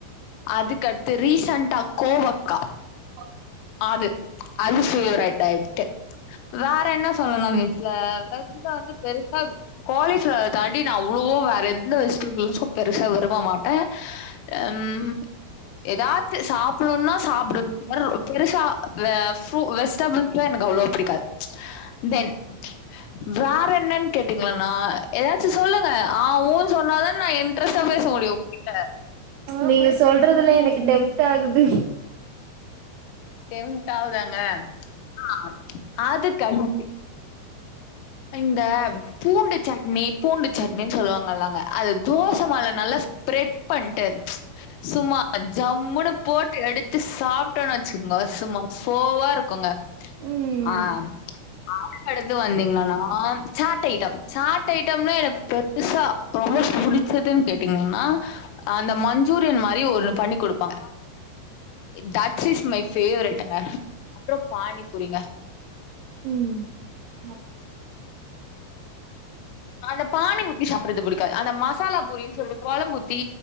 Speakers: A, on the left; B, on the right.
A: அதுக்கடுத்து ரீசண்ட்டா கோவக்கா
B: அ
A: ஆது அது ஃபேவரைட் ஆயிட்டு வேற என்ன சொல்லணு வெஜ்ஜீல வெஜ்ல வந்து பெருசா காலிஃபிளவர தாண்டி நா அவ்ளோ வேற எந்த வெஜ்டபுளு சோ பெருசா விருப்ப மாட்டே அ ம் ஏதாச்சு சாப்பிணுனா சாப்பிடுவே வேற எது பெருசா வே ஃப்ரூ வெஸ் டேபுள்ஸ்லா எனக்கு அவ்ளோவா பிடிக்காது தென் வேற என்னன்னு கேட்டீங்களானா ஏதாச்சு சொல்லுங்க ஆ ஊ சொன்னா தா நா இன்ட்ரெஸ்ட்டா பேச முடியு கிட்ட
B: நீங்க சொல்றதுல எனக்கு டெம்ட் ஆகுது
A: டெம்ட ஆவுதாங்க ஆ அது கண்ட்டு இந்த பூண்டு சட்னி பூண்டு சட்னின்னு சொல்லுவாங்கல்லங்க அது தோச மேல நல்லா ஸ்ப்ரெட் பண்ட்டு சும்மா ஜம்முனு போட்டு எடுத்து சாப்ட்டேன்னு வச்சுங்கோங்க சும்மா ஃபோவா இருக்குங்க
B: ம்
A: ஆ ஆ கடுத்து வந்தீங்களானா ஆ சாட் ஐட்டம் சாட் ஐட்டம்னா எனக்கு பெருசா ரொம்ப புடிச்சதுன்னு கேட்டீங்கீங்ன்னா அந்த மஞ்சூரியன் மாரி ஒன்னு பண்ணி குடுப்பாங்க தட்ஸ் இஸ் மை ஃபேவரைட்டுங்க அப்பறோ பானிபூரிங்க
B: ம் அ
A: அந்த பானி ஊத்தி சாப்புறது புடிக்காது அந்த மசாலா பூரின்னு சொல்ட்டு கொழம்பு ஊத்தி